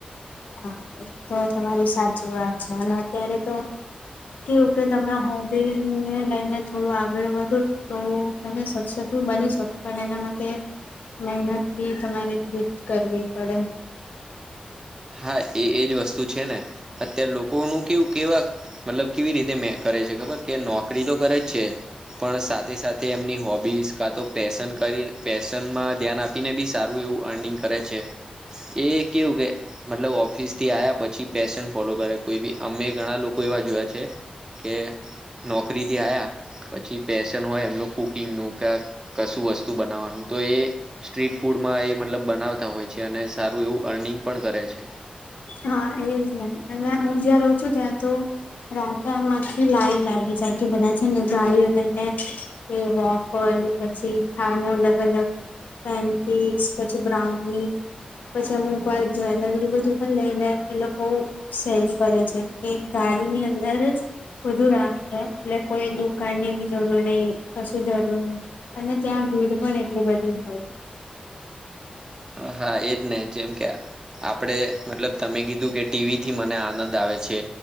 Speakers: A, on the left; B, on the right.
A: હા એ તો તમારી સાચી વાત છે અને અત્યારે તો કેવું કે તમે હોબીને લઈને થોડું આગળ વધો તો તમે સક્સેસફુલ બની શકો પણ એના માટે મહેનત બી તમારે એટલી જ કરવી પડે.
B: હા, એ એજ વસ્તુ છે ને અત્યારે લોકોનું કેવું કેવા મતલબ કેવી રીતે મે કરે છે ખબર કે નોકરી તો કરે જ છે પણ સાથે સાથે એમની હોબીઝ કા તો પેસન કરીને પેસનમાં ધ્યાન આપીને બી સારું એવું અર્નિંગ કરે છે. એ કેવું કે મતલબ ઓફિસ થી આવ્યા પછી પેશન ફોલો કરે કોઈ બી અમે ઘણા લોકો એવા જોયા છે. કે નોકરીથી આયા પછી પેશન હોય એમનું કુકિંગ નું કે કશું વસ્તુ બનાવવાનું તો એ સ્ટ્રીટ ફૂડમાં એ મતલબ બનાવતા હોય છે અને સારું એવું અર્નિંગ પણ કરે છે.
A: હા એજ ને અને હું જ્યાં રહઉ છું ત્યાં તો રાજામાંથી લાઈન લાગી જાય કે બધા છે ને ગાડીઓ એ વોફ હોય પછી ખાનું અલગ અલગ પેનકેક્સ પછી બ્રાઉની પછી અમુક વાઈ જ્વેલરી બધું લઈને એ લોકો સેલ કરે છે કે ગાડીની અંદર જ બધું રાખે એટલે કોઈ દુકાનની બી જરૂર નહી કશું જરૂર નહી અને ત્યાં ભીડ પણ એટલી બધી હોય
B: હા એ જ ને જેમ કે આપણે મતલબ તમે કીધું કે ટીવીથી મને આનંદ આવે છે